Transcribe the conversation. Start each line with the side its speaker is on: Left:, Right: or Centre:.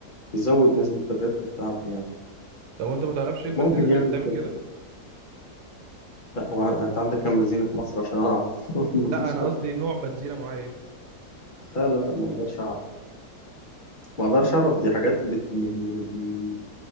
Left: يزود نسبة الربح بتاعته يعني
Right: لو انت ما تعرفش ايه البنزينات
Left: ممكن يعمل
Right: اللي بتعمل كده
Left: لا هو انت عندك كام بنزينة في مصر عشان اعرف <laughs> مفيش
Right: لا انا
Left: طبعا
Right: قصدي نوع بنزينة معين
Left: لا لا لا ما اقدرش اعرف ما اقدرش اعرف دي حاجات بت... م- م-